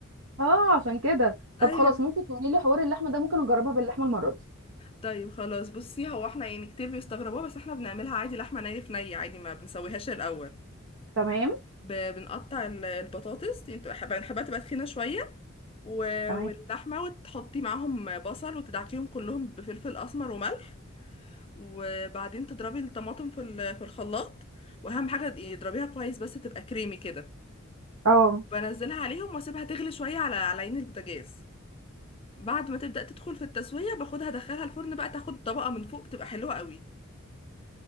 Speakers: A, on the right; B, on the left.
A: اه عشان كده
B: <laughs>
A: طب
B: ايوه
A: خلاص ممكن تقولي لي حوار اللحمه ده ممكن اجربها باللحمه المره دي
B: طيب خلاص بصي هو احنا يعني كتير بيستغربوها بس احنا بنعملها عادي لحمة ني في ني عادي ما بنسويهاش الاول
A: تمام
B: ب... بنقطع ال- البطاطس يعني بتبقى- بنحبها تبقى تخينة شوية و...
A: تمام
B: واللحمة وتحطي معاهم بصل وتدعكيهم كلهم بفلفل اسمر وملح وبعدين تضربي الطماطم في ال... في الخلاط واهم حاجة اضربيها كويس بس تبقى كريمي كده
A: اه
B: بنزلها عليهم واسيبها تغلي شويه على على عين البوتاجاز بعد ما تبدا تدخل في التسويه باخدها ادخلها الفرن بقى تاخد طبقه من فوق بتبقى حلوه قوي